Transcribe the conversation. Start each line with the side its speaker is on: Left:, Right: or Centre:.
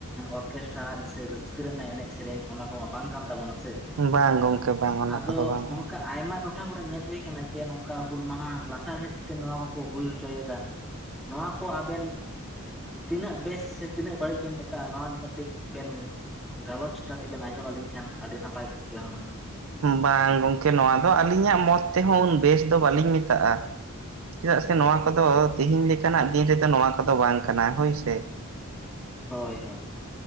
Centre: ᱚᱨᱠᱮᱥᱴᱟᱨ ᱥᱮ ᱨᱟᱹᱥᱠᱟᱹ ᱨᱮᱱᱟᱜ ᱮᱱᱮᱡ ᱥᱮᱨᱮᱧ ᱚᱱᱟ ᱠᱚᱢᱟ ᱵᱟᱝ ᱠᱟᱱ ᱛᱟᱵᱚᱱᱟ ᱥᱮ,
Right: ᱵᱟᱝ ᱜᱚᱝᱠᱮ ᱵᱟᱝ ᱚᱱᱟ
Centre: ᱟᱫᱚ
Right: ᱠᱚᱫᱚ ᱵᱟᱝ ᱜᱮ
Centre: ᱚᱱᱠᱟ ᱟᱭᱢᱟ ᱴᱚᱴᱷᱟ ᱴᱚᱴᱷᱟ ᱠᱚᱨᱮ ᱧᱮᱞ ᱦᱩᱭ ᱟᱠᱟᱱᱟ ᱡᱮ, ᱱᱚᱝᱠᱟ ᱦᱩᱞ ᱢᱟᱦᱟ ᱞᱟᱥᱟᱲᱦᱮᱫ ᱛᱮ ᱱᱚᱣᱟ ᱠᱚ ᱠᱚ ᱦᱩᱭ ᱦᱚᱪᱚᱭᱮᱫᱟ ᱾ ᱱᱚᱣᱟ ᱠᱚ ᱟᱵᱮᱱ ᱛᱤᱱᱟᱹᱜ ᱵᱮᱥ ᱥᱮ ᱛᱤᱱᱟᱹᱜ ᱵᱟᱹᱲᱤᱡ ᱵᱮᱱ ᱢᱮᱛᱟᱜᱼᱟ? ᱱᱚᱣᱟ ᱜᱮ ᱠᱟᱹᱴᱤᱡ ᱵᱮᱱ ᱜᱟᱞᱚᱪ ᱠᱟᱛᱮ ᱵᱮᱱ ᱟᱸᱡᱚᱢ ᱟᱹᱞᱤᱧ ᱠᱷᱟᱱ ᱟᱹᱰᱤ ᱱᱟᱯᱟᱭ ᱠᱚᱜ ᱠᱮᱭᱟ ᱦᱩᱱᱟᱹᱝ᱾
Right: ᱵᱟᱝ ᱜᱚᱝᱠᱮ ᱱᱚᱣᱟ ᱫᱚ ᱟᱹᱞᱤᱧᱟᱜ ᱢᱚᱛ ᱛᱮᱦᱚᱸ ᱩᱱ ᱵᱮᱥ ᱫᱚ ᱵᱟᱟᱹᱞᱤᱧ ᱢᱮᱛᱟᱜᱼᱟ ᱾ ᱪᱮᱫᱟᱜ ᱥᱮ ᱱᱚᱣᱟ ᱠᱚᱫᱚ ᱛᱮᱦᱮᱧ ᱞᱮᱠᱟᱱᱟᱜ ᱫᱤᱱ ᱨᱮᱫᱚ ᱱᱚᱣᱟ ᱠᱚᱫᱚ ᱵᱟᱝ ᱠᱟᱱᱟ ᱾ ᱦᱳᱭᱥᱮ ᱾
Centre: ᱦᱳᱭ ᱦᱳᱭ ᱾